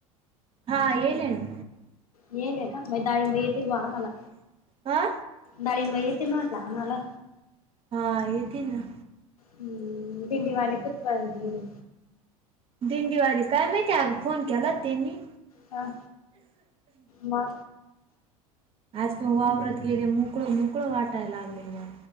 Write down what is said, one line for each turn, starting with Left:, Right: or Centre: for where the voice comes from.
Right: हा येले ना.
Left: येईले का मग डाळींबा येतील बा आम्हाला.
Right: हा
Left: डाळींब येतील म्हंटला आम्हाला.
Right: हां येतील ना.
Left: हम्म भिंडीवाले कुठपर्यंत गेले?
Right: दिंडी वारी काय माहिती आग फोन केला तेनी.
Left: हा मा
Right: आज पण वावरत गेले मोकळं मोकळं वाटायला लागले, मला